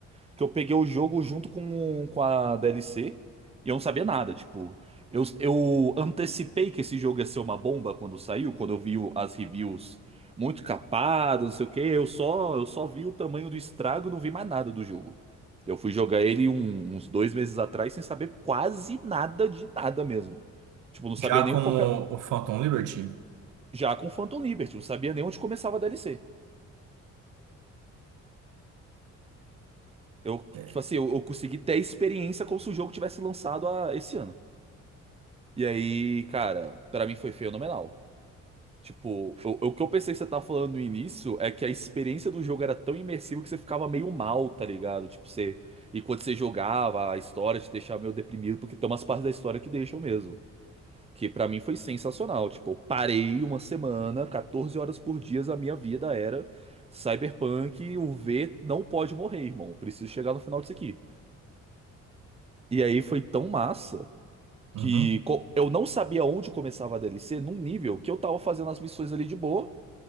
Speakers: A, on the right (about 20°); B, on the right (about 85°).
A: Porque eu peguei o jogo junto com, com a DLC e eu não sabia nada. Tipo, eu, eu antecipei que esse jogo ia ser uma bomba quando saiu, quando eu vi o- as reviews muito capadas, não sei o quê. Eu só, eu só vi o tamanho do estrago e não vi mais nada do jogo. Eu fui jogar ele um- uns dois meses atrás sem saber quase nada de nada mesmo. Tipo, não sabia
B: Já
A: nem
B: como
A: qualquer.
B: o Phantom Liberty.
A: Já com Phantom Liberty, não sabia nem onde começava a DLC. Eu,
B: É.
A: tipo assim, eu, eu consegui ter a experiência como se o jogo tivesse lançado a, esse ano. E aí, cara, pra mim foi fenomenal. Tipo, o, o que eu pensei que você tava falando no início é que a experiência do jogo era tão imersiva que você ficava meio mal, tá ligado? Tipo, você. E quando você jogava, a história te deixava meio deprimido, porque tem umas partes da história que deixam mesmo. Que pra mim foi sensacional. Tipo, eu parei uma semana, 14 horas por dia, a minha vida era Cyberpunk, o V não pode morrer, irmão. Preciso chegar no final disso aqui. E aí foi tão massa
B: Uhum.
A: que co- eu não sabia onde começava a DLC num nível que eu tava fazendo as missões ali de boa.